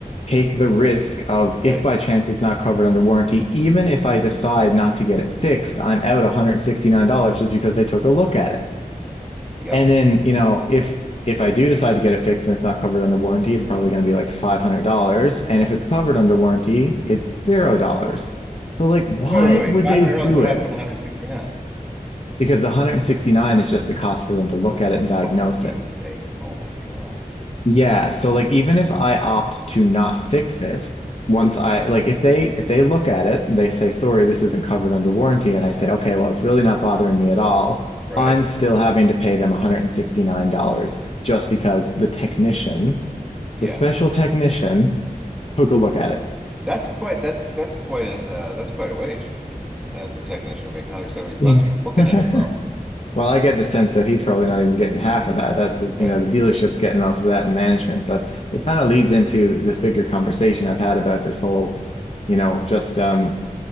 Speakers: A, on the left; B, in the centre.
A: take the risk of
B: Right.
A: if by chance it's not covered under warranty, even if I decide not to get it fixed, I'm out $169 just because they took a look at it.
B: Yep.
A: And then, you know, if if I do decide to get it fixed and it's not covered under warranty, it's probably going to be like $500. And if it's covered under warranty, it's $0. So like, why
B: Wait, wait, wait.
A: would
B: $500.
A: they do
B: What
A: it?
B: happened to 169?
A: Because the 169 is just the cost for them to look at it and diagnose
B: Oh, for Pete's
A: it.
B: sake. Oh my God.
A: Yeah, so like even if I opt to not fix it, once I like if they if they look at it, they say, "Sorry, this isn't covered under warranty," and I say, "Okay, well, it's really not bothering me at all."
B: Right.
A: I'm still having to pay them $169 just because the technician,
B: Yeah.
A: the special technician, took a look at it.
B: That's quite that's that's quite an uh that's quite a wage as a technician to make 170 bucks
A: Yeah.
B: for looking at
A: <laughs>
B: a problem.
A: Well, I get the sense that he's probably not even getting half of that. That you
B: Right.
A: know, the dealership's getting most of that in management, but it kind of leads into this bigger conversation I've had about this whole you know, just um,